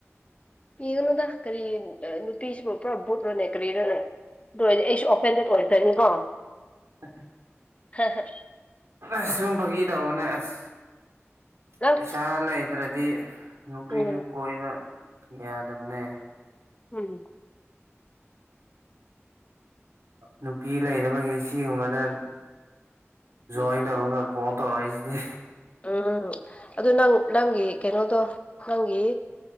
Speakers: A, on the left; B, on the right.
A: ꯄꯤꯒꯅꯨꯗ ꯀꯔꯤ ꯅꯨꯄꯤꯁꯤꯕꯨ ꯄꯨꯔꯥ ꯚꯨꯠꯂꯣꯅꯦ ꯀꯔꯤꯔꯅꯦ ꯑꯣꯏ ꯑꯩꯁꯨ ꯑꯣꯐꯦꯟꯗꯦꯠ ꯑꯣꯏꯗ꯭ꯔꯅꯤꯀꯣ
B: ꯎ
A: ꯍꯥ ꯍꯥ
B: ꯑꯁ ꯁꯨꯝ ꯐꯒꯤꯔꯛꯑꯣꯅꯦ ꯑꯁ
A: ꯅꯪ
B: ꯄꯩꯁꯥ ꯂꯩꯇ꯭ꯔꯗꯤ ꯅꯨꯄꯤꯁꯨ
A: ꯎꯝ
B: ꯀꯣꯏꯕ ꯌꯥꯗꯕꯅꯦ
A: ꯎꯝ
B: ꯅꯨꯄꯤ ꯂꯩꯕꯒꯤ ꯁꯤꯒꯨꯝꯕꯗ ꯣꯏ ꯇꯔ ꯀ ꯇꯔꯥꯏꯁꯤꯗꯤ
A: ꯎꯝ ꯑꯗꯨ ꯅꯪ ꯅꯪꯒꯤ ꯀꯩꯅꯣꯗꯣ ꯅꯪꯒꯤ